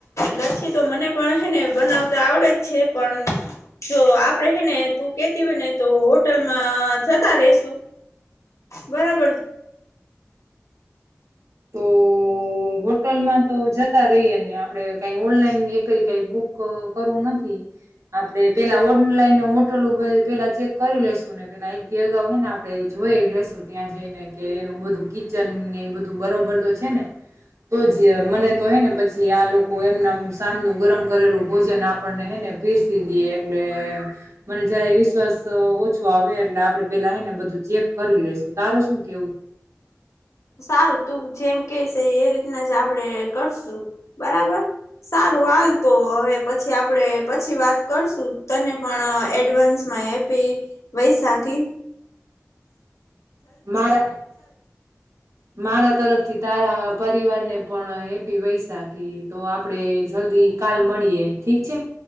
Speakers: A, on the left; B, on the right.
A: લસી તો મને પણ હે ને બનાવતા આવડે જ છે પણ જો આપડે હે ને તું કેતી હોય ને તો હોટલમાં જતા રેસુ બરાબર.
B: તો હોટલમાં તો જતા રહીયએ ને આપડે કઈ ઓનલાઈન કઈ કઈ બુક કરવું નથી. આપડે પેલા ઓનલાઈન હોટલ ઉપર પેલા ચેક કરી લેશું ને પેલા એક બે અગા હોય ને આપડે જોઈ લેસું ત્યાં જઈને કે એનું બધું કિચન ને એ બધું બરોબર તો છે ને તો જ મને તો હે ને પછી આ લોકો એમના સાંજ નું ગરમ કરેલું ભોજન આપણને હે ને પીરસી દીએ એટલે મને જરાય વિશ્વાસ ઓછો આવે એટલે આપણે પેલા હ ને બધુ બધું ચેક કરી લેશુ, તારુ શું કેવું?
A: સારું તું જેમ કેશે એ રીતના જ આપડે કરશું બરાબર સારું સારું હાલ તો હવે પછી આપણે પછી વાત કરશું તને પણ એડવાન્સમાં એપ પી વૈસાખી
B: મારા મારા તરફથી થી તારા પરિવાર ને પણ હેપી વૈસાકી તો આપડે જલ્દી કાલ મળીએ. ઠીક છે